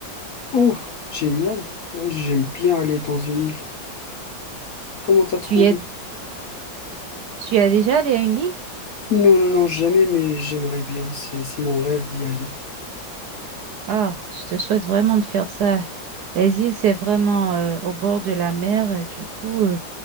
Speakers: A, on the left (about 60°); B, on the right (about 70°).
A: Oh, génial. Ouais, J'aime bien aller dans une île. Comment t'as trouvé?
B: Tu y es, tu as déjà allé à une île?
A: Non, non, non, jamais, mais j'aimerais bien. C'est, c'est mon rêve d'y aller.
B: Ah, je te souhaite vraiment de faire ça. Les îles, c'est vraiment euh, au bord de la mer, euh, du coup, euh,